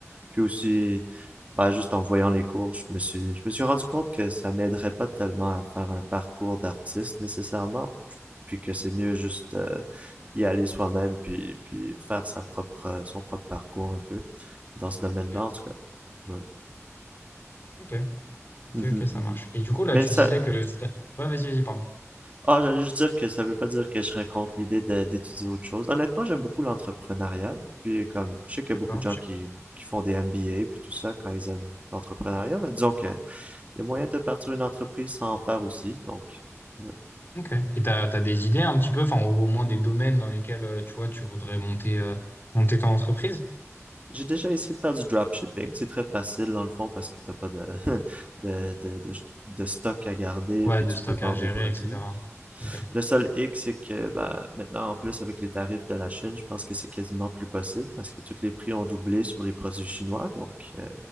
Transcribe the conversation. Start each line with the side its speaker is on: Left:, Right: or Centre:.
Right: Puis aussi, bah, juste en voyant les cours, je me suis, je me suis rendu compte que ça m'aiderait pas tellement à faire un parcours d'artiste nécessairement, puis que c'est mieux juste euh, y aller soi-même, puis, puis faire sa propre, son propre parcours un peu dans ce domaine-là,
Left: Ok.
Right: en tout cas. Ouais.
Left: Ok ok
Right: Mhm,
Left: ok, ça
Right: mhm.
Left: marche. Et du coup là
Right: Mais
Left: tu
Right: ça,
Left: disais que ouais vas-y vas-y pardon.
Right: Ah, j'allais juste dire que ça veut pas dire que je raconte l'idée de- d'étudier autre chose. Honnêtement, j'aime beaucoup l'entrepreneuriat. Puis comme, je sais qu'il
Left: D'accord.
Right: y a beaucoup de gens qui, qui font des MBA puis tout ça quand ils aiment l'entrepreneuriat, mais disons que il y a moyen de partir une entreprise sans en faire aussi. Donc, ouais.
Left: Ok. Et t'as, t'as des idées un petit peu, enfin, au au moins des domaines dans lesquels, euh, tu vois, tu voudrais monter, euh, monter ton entreprise?
Right: j'ai déjà essayé de faire du dropshipping. C'est très facile dans le fond parce que t'as pas de, <laughs> de, de, de, de stock à garder
Left: Ouais,
Right: puis
Left: de
Right: tu
Left: stock
Right: peux vendre
Left: à gérer,
Right: des produits.
Left: etc. Ok.
Right: Le seul hic, c'est que bah, maintenant, en plus, avec les tarifs de la Chine, je pense que c'est quasiment plus possible parce que tous les prix ont doublé sur les produits chinois. Donc, euh,